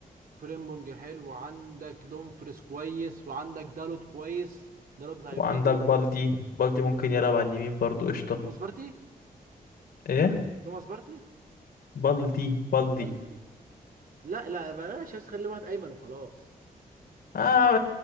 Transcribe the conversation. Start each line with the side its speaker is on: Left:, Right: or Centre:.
Right: فريمبونج حلو وعندك دومفريس كويس وعندك دالوت كويس دالوت بتاع
Left: وعندك
Right: اليونايتد
Left: بالدي بالدي ممكن يلعب على اليمين برضو قشطة
Right: توماس بارتي
Left: إيه
Right: توماس بارتي
Left: بالدي بالدي
Right: بالدي لا لا بلاش بس خلي واحد ايمن وخلاص
Left: آه